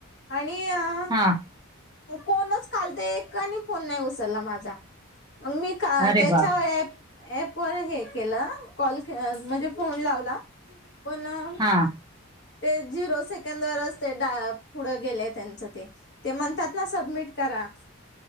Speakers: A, on the left; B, on the right.
A: आणि आ
B: हां
A: कोणच काल ते एकांनी फोन नाही उचलला माझा मग मी का
B: अरे
A: त्याच्यावर
B: बाप
A: ॲप ॲपवर हे केलं कॉल म्हणजे फोन लावला. पण अं
B: हा
A: ते झिरो सेकंदवरच ते दा पुढं गेले त्यांच ते, ते म्हणतात ना सबमिट करा.